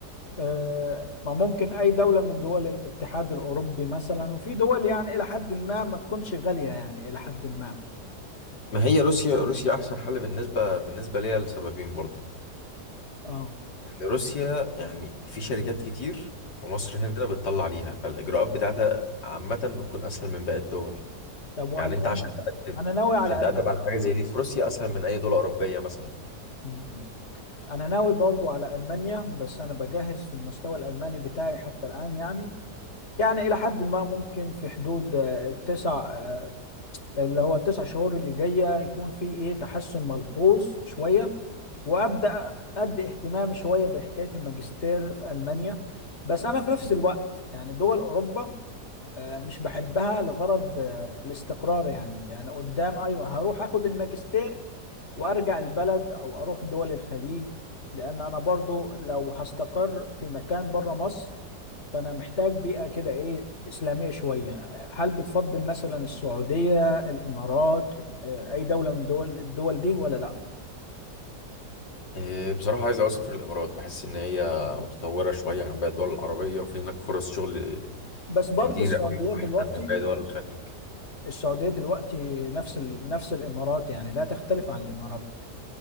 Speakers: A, on the left; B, on the left.
A: آه، ما ممكن أي دولة من دول الاتحاد الأوروبي مثلا وفي دول يعني إلى حد ما ما تكونش غالية يعني إلى حد ما
B: ما هي روسيا روسيا أحسن حل بالنسبة بالنسبة ليا لسببين برضه
A: اه
B: إن روسيا يعني في شركات كتير في مصر هنا بتطلع ليها فالإجراءات بتاعتها عامة بتكون أسهل من باقي الدول
A: طب وألمانيا
B: يعني أنت عشان تقدم
A: أنا ناوي على
B: عشان تقدم
A: ألمانيا
B: على حاجة زي دي في روسيا أسهل من أي دولة أوروبية مثلا
A: م- م. أنا ناوي برضو على ألمانيا بس أنا بجهز في المستوى الألماني بتاعي حتى الآن يعني يعني إلى حد ما ممكن في حدود آه، تسع آه، اللي هو التسع شهور اللي جايه يكون في ايه تحسن ملحوظ شويه وابدا ادي اهتمامي شويه بحكايه الماجستير في المانيا بس انا في نفس
B: مم.
A: الوقت يعني دول اوروبا آه، مش بحبها لغرض آه، الاستقرار يعني يعني قدام ايوه هروح اخد الماجستير وارجع البلد او اروح دول الخليج لان انا برضو لو هستقر في مكان بره مصر فأنا محتاج بيئة كده إيه إسلامية شوية هل بتفضل مثلا السعودية الإمارات آه، أي دولة من دول الدول دي ولا لأ
B: إيه، بصراحة عايز أوي أسافر الإمارات بحس إن هي متطورة شوية عن باقي الدول العربية وفي هناك فرص شغل
A: بس برضو
B: كتير
A: السعودية
B: أوي
A: دلوقتي
B: أحسن من باقي دول الخليج
A: السعودية دلوقتي نفس ال... نفس الإمارات يعني لا تختلف عن الإمارات